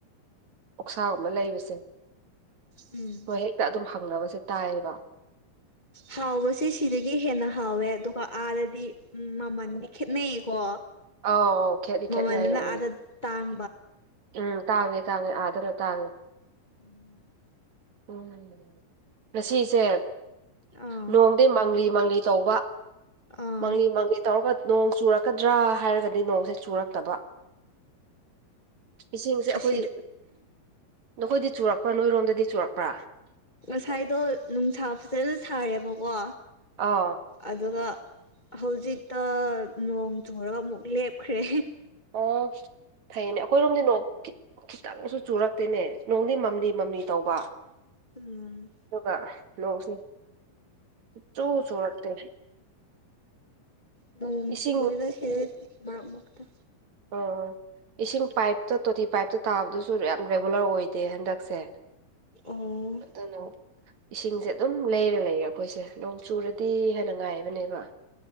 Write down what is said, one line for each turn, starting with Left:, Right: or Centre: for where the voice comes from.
Right: ꯑꯣꯛꯁꯥꯒꯨꯝꯕ ꯂꯩꯕꯁꯦ
Left: ꯎꯝ
Right: ꯅꯣꯏ ꯍꯦꯛꯇ ꯑꯗꯨꯝ ꯈꯪꯅꯕꯁꯦ ꯇꯥꯏꯌꯦꯕ
Left: ꯍꯥꯎꯕꯁꯦ ꯁꯤꯗꯒꯤ ꯍꯦꯟꯅ ꯍꯥꯎꯋꯦ ꯑꯗꯨꯒ ꯑꯥꯗꯗꯤ ꯎꯝ ꯃꯃꯜꯗꯤ ꯈꯦꯠꯅꯩꯌꯦꯀꯣ
Right: ꯑꯧ ꯑꯧ ꯈꯦꯠꯗꯤ
Left: ꯃꯃꯜꯗꯨꯅ
Right: ꯈꯦꯠꯅꯩꯌꯦ ꯎꯝ
Left: ꯑꯥꯗ ꯇꯥꯡ
Right: ꯎꯝ ꯇꯥꯡꯉꯦ ꯇꯥꯡꯉꯦ ꯑꯥꯗꯅ ꯇꯥꯡꯉꯦ
Left: ꯎꯝ
Right: ꯎꯝ ꯉꯁꯤꯁꯦ
Left: ꯑꯥ
Right: ꯅꯣꯡꯗꯤ ꯃꯪꯂꯤ ꯃꯪꯂꯤ ꯇꯧꯕ
Left: ꯑꯥ
Right: ꯃꯪꯂꯤ ꯃꯪꯂꯤ ꯇꯧꯔꯒ ꯅꯣꯡ ꯆꯨꯔꯛꯀꯗ꯭ꯔꯥ ꯍꯥꯏꯔꯒꯗꯤ ꯅꯣꯡꯁꯦ ꯆꯨꯔꯛꯇꯕ ꯏꯁꯤꯡꯁꯦ ꯑꯩꯈꯣꯏꯗꯤ
Left: ꯑꯁꯤꯗ
Right: ꯅꯈꯣꯏꯗꯤ ꯆꯨꯔꯛꯄ꯭ꯔꯥ ꯅꯣꯏꯔꯣꯝꯗꯗꯤ ꯆꯨꯔꯛꯄ꯭ꯔꯥ
Left: ꯉꯁꯥꯏꯗꯣ ꯅꯨꯡꯁꯥ ꯐꯖꯅ ꯁꯥꯔꯦꯕꯀꯣ
Right: ꯑꯥ
Left: ꯑꯗꯨꯒ ꯍꯧꯖꯤꯛꯇ ꯅꯣꯡ ꯆꯨꯨꯔꯒ ꯑꯃꯨꯛ ꯂꯦꯞꯈ꯭ꯔꯦ
Right: ꯑꯣ ꯐꯩꯅꯦ ꯑꯩꯈꯣꯏꯔꯣꯝꯗꯤ ꯅꯣꯡ ꯈꯤꯇꯪꯁꯨ ꯆꯨꯔꯛꯇꯦꯅꯦ ꯅꯣꯡꯗꯤ ꯃꯝꯂꯤ ꯃꯝꯂꯤ ꯇꯧꯕ
Left: ꯎꯝ
Right: ꯑꯗꯨꯒ ꯅꯣꯡꯁꯦ ꯁꯨꯛ ꯆꯨ ꯆꯨꯔꯛꯇꯦ
Left: ꯅꯣꯡ <unintelligible>
Right: ꯏꯁꯤꯡ
Left: ꯃꯔꯛ ꯃꯔꯛꯇ
Right: ꯎꯝ ꯏꯁꯤꯡ ꯄꯥꯏꯞꯇ ꯇꯣꯇꯤ ꯄꯥꯏꯞꯇ ꯇꯥꯕꯗꯨꯁꯨ ꯌꯥꯝ ꯔꯦꯒꯨꯂꯔ ꯑꯣꯏꯗꯦ ꯍꯟꯗꯛꯁꯦ
Left: ꯑꯣ
Right: ꯑꯗꯨꯅꯣ ꯏꯁꯤꯡꯁꯦ ꯑꯗꯨꯝ ꯂꯩꯔ ꯂꯩꯔꯦ ꯈꯣꯏꯁꯦ ꯅꯣꯡ ꯆꯨꯔꯗꯤ ꯍꯦꯟꯅ ꯉꯥꯏꯕꯅꯦꯀꯣ